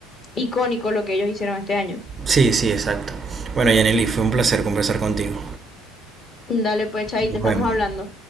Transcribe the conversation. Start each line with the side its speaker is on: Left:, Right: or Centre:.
Left: icónico lo que ellos hicieron este año.
Right: Sí, sí, exacto. Bueno, Yaneli, fue un placer conversar contigo.
Left: Dale pues, Chay,
Right: Nos
Left: te estamos
Right: vemos.
Left: hablando.